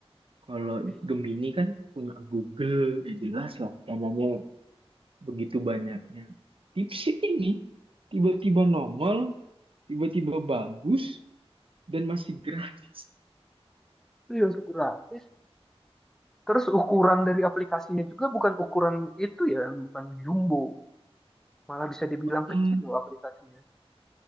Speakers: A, on the right; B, in the centre.
A: Kalau
B: itu
A: Gemini kan punya Google, ya jelas lah dananya begitu banyaknya. DeepSeek ini tiba-tiba nongol, tiba-tiba bagus dan masih gratis.
B: ya gratis terus ukuran dari aplikasinya juga bukan ukuran itu ya bukan jumbo malah bisa dibilang
A: Hmm,
B: kecil loh aplikasinya